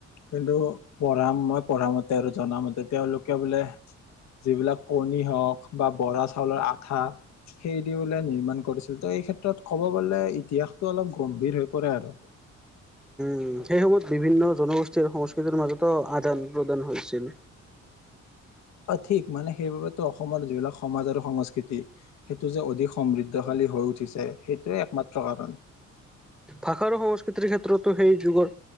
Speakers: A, on the left; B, in the centre.
A: কিন্তু পঢ়া মই পঢ়ামতে আৰু জনামতে তেওঁলোকে বোলে। যিবিলাক কণী হওঁক বা বৰা চাউলৰ আঠা। সেই দিওঁ বোলে নিৰ্মাণ কৰিছিল ত' এই ক্ষেত্ৰত ক'ব গলে ইতিহাসতটো অলপ গম্ভীৰ হৈ পৰে আৰু।
B: উ সেই সময়ত বিভিন্ন জনগোষ্ঠীৰ সংস্কৃতিৰ মাজতো আদান প্ৰদান হৈছিল।
A: অ' ঠিক মানে সেইবাবেতো অসমৰ যিবিলাক সমাজ আৰু সংস্কৃতি। সেইটো যে অধিক সমৃদ্ধশালী হৈ উঠিছে সেইটোৱে একমাত্ৰ কাৰণ।
B: ভাষা আৰু সংস্কৃতিৰ ক্ষেত্ৰতো সেই যুগৰ